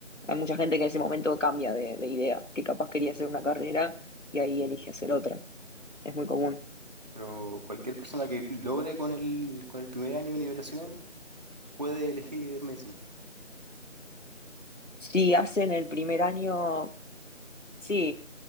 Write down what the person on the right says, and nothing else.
Pero cualquier persona que logre con el, con el primer año de nivelación puede elegir medicina.